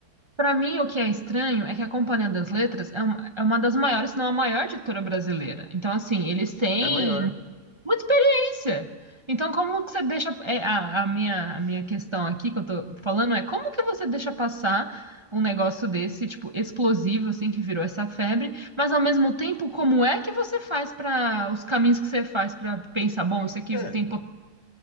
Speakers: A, on the right; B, on the left.
A: Para mim, o que é estranho é que a Companhia das Letras é uma, é uma das maiores, se não a maior editora brasileira. Então, assim, eles têm
B: É maior.
A: muita experiência. Então, como que você deixa. é, a, a minha, a minha questão aqui que eu tô falando é como que você deixa passar um negócio desse, tipo, explosivo, assim, que virou essa febre, mas ao mesmo tempo, como é que você faz para os caminhos que você faz para pensar, bom, isso aqui
B: É,
A: tem. pot-